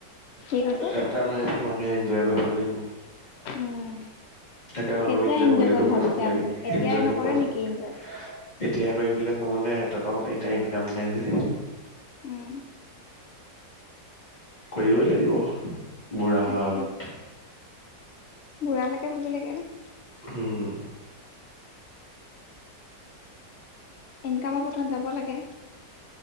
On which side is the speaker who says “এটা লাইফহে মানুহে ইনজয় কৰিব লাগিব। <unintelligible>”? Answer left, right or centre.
Left